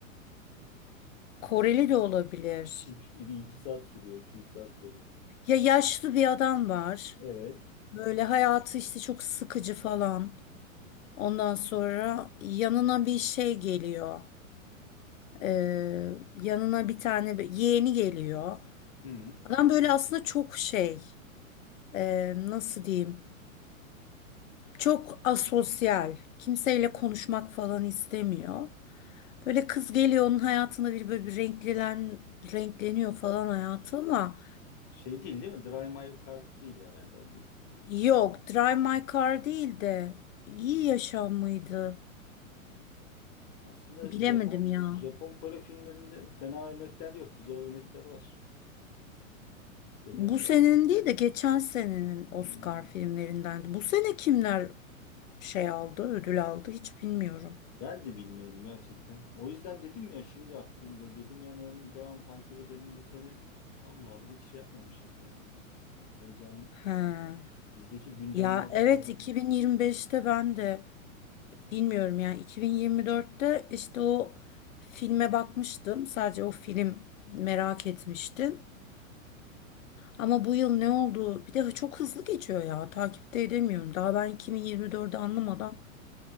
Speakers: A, on the left; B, on the left.
A: Koreli de olabilir.
B: 3 bir 2 saat sürüyor, 2 üç saat sürüyor.
A: Ya yaşlı bir adam var.
B: Evet.
A: Böyle hayatı işte çok sıkıcı falan. Ondan sonra yanına bir şey geliyor. Ee, yanına bir tane bir- yeğeni geliyor.
B: Hı.
A: Adam böyle aslında çok şey, ee, nasıl diyeyim? Çok asosyal. Kimseyle konuşmak falan istemiyor. Böyle kız geliyor onun hayatında bir böyle bir renklilen, renkleniyor falan hayatı ama
B: Şey değil değil mi? Drive My Car değil herhalde o değil.
A: yok Drive My Car değil de iyi yaşam mıydı?
B: Aslında
A: Bilemedim
B: Japon
A: ya.
B: Japon Kore filmlerinde fena örnekler yok. Güzel örnekler var. Severim
A: Bu senenin
B: ben de.
A: değil de geçen senenin Oscar
B: Hmm.
A: filmlerindendi. Bu sene kimler şey aldı, ödül aldı hiç bilmiyorum.
B: Ben de bilmiyorum gerçekten. O yüzden dedim ya şimdi aklım dedim yani ben devam takip ederim bu sene. Allah Allah hiç şey yapmamışız yani. Heyecan
A: Ha.
B: bizdeki gündemlerden
A: Ya evet
B: herhalde.
A: 2025'te ben de bilmiyorum yani 2024'te işte o filme bakmıştım. Sadece o film merak etmiştim. Ama bu yıl ne oldu? Bir de çok hızlı geçiyor ya. Takipte edemiyorum. Daha ben 2024'ü anlamadan